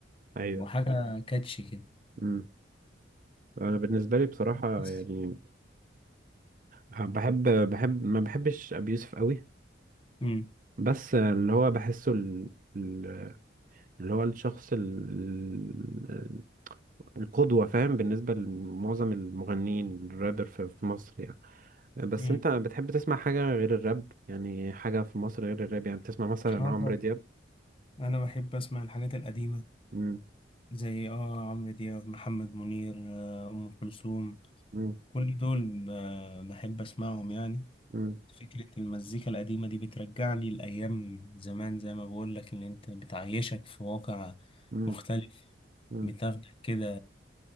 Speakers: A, on the right; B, on the left.
A: ايوه
B: وحاجة كاتشي كده
A: امم انا بالنسبه لي بصراحه
B: بس.
A: يعني بحب بحب ما بحبش ابي يوسف قوي
B: مم.
A: بس اللي هو بحسه ال- ال- اللي هو الشخص ال- القدوة فاهم بالنسبة لمعظم المغنيين الرابر في في مصر يعني بس
B: مم.
A: انت بتحب تسمع حاجة غير الراب يعني حاجة في مصر غير الراب يعني بتسمع مثلا
B: اه
A: عمرو
B: طب
A: دياب
B: أنا بحب أسمع الحاجات القديمة
A: مم.
B: زي اه عمرو دياب محمد منير آه، أم كلثوم
A: مم.
B: كل دول آه، بحب أسمعهم يعني
A: مم.
B: فكرة المزيكا القديمة دي بترجعني لأيام زمان زي ما بقولك اللي أنت بتعيشك في واقع
A: مم.
B: مختلف
A: مم.
B: بتاخدك كده